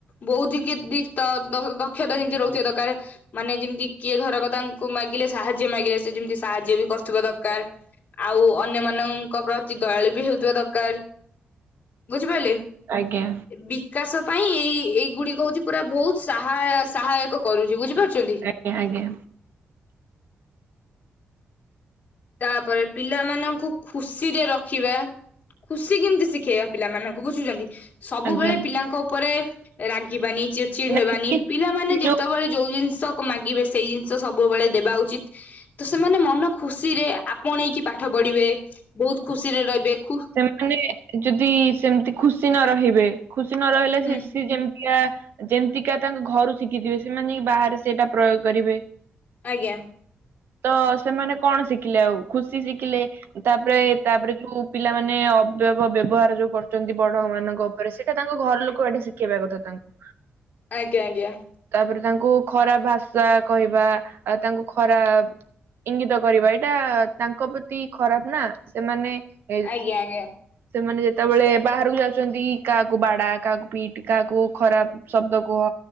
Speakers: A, on the left; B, on the right.
A: ବୌଦ୍ଧିକିତ ଦକ୍ଷତା ଯେମିତି ରହୁଥିବା ଦରକାର। ମାନେ ଯେମିତି କିଏ ଧରକ ତାଙ୍କୁ ମାଗିଲେ ସାହାଯ୍ୟ ମାଗିଲେ ସେ ଯେମିତି ସାହାଯ୍ୟ ବି କରୁଥିବା ଦରକାର। ଆଉ ଅନ୍ୟମାନାନଙ୍କ ପ୍ରତି ଦୟାଳୁ ବି ହେଉଥିବା ଦରକାର। ବୁଝିପାରିଲେ
B: ଆଜ୍ଞା
A: ବିକାଶ ପାଇଁ ଏଇ ଏଇଗୁଡିକ ହଉଛି ପୁରା ବହୁତସାହା ସହାୟକ କରୁଛି ବୁଝିପାରୁଛନ୍ତି।
B: ଆଜ୍ଞା ଆଜ୍ଞା
A: ତାପରେ ପିଲାମାନଙ୍କୁ ଖୁସିରେ ରଖିବା। ଖୁସି କେମିତି ଶିଖେଇବା ପିଲାମାନଙ୍କୁ। ବୁଝୁଛନ୍ତି ସବୁବେଳେ
B: ଆଜ୍ଞା।
A: ପିଲାଙ୍କ ଉପରେ ରାଗିବାନି ଚିଢ ଚିଢ
B: ନାଇଁ,
A: ହେବାନି ପିଲାମାନେ ଯେତେବେଳେ
B: ଯୋଉ
A: ଯୋଉ ଜିନିଷ ମାଗିବେ ସେଇ ଜି ନିଶ ସବୁବେଳେ ଦେବା ଉଚିତ। ତ ସେମାନେ ମନ ଖୁସି ରେ ଆପଣେଇକି ପାଠ ପଢିବେ। ବହୁତ ଖୁସିରେ ରହିବେ। ଖୁ
B: ମାନେ ଯଦି ସେମିତି ଖୁସି ନ ରହିବେ ଖୁସି ନ ରହିଲେ
A: ହୁଁ
B: ସେ ସେ ଯେମ ୟା ଯେମିତିକା ତାଙ୍କ ଘରୁ ଶିଖିଥିବେ ସେମାନେ ଯାଇକି ବାହାରେ ସେଇଟା ପ୍ରୟୋଗ କରିବେ।
A: ଆଜ୍ଞା
B: ତ ସେମାନେ କଣ ଶିଖିଲେ ଆଉ ଖୁସି ଶିଖିଲେ। ତାପରେ ତାପରେ ଯୋଉ ପିଲାମାନୋନେ ଅବ୍ୟବ ବ୍ୟବହାର ଯୋଉ କରୁଛନ୍ତି ବଡ ମାନଙ୍କ ଉପରେ ସେଇଟା ତାଙ୍କ ଘର ଲୋକ ଏଟେ ଶିଖେଇବା କଥା ତାଙ୍କୁ।
A: ଆଜ୍ଞା ଆଜ୍ଞା
B: ତାପରେ ତାଙ୍କୁ ଖରା ଭାଷା କହିବା ଆ ତାଙ୍କୁ ଖରା ଇଙ୍ଗିତ କରିବା ଏଇଟା ତାଙ୍କ ପ୍ରତି ଖରାପ ନା ସେମାନେ ଏ
A: ଆଜ୍ଞା ଆଜ୍ଞା
B: ସେମାନେ ଯେତେବେଳେ ବାହାରକୁ ଯାଉଛନ୍ତି କାହାକୁ ବାଡା କାହାକୁ ପିଟ୍ କାହାକୁ ଖରାପ ଶବ୍ଦ କୁହ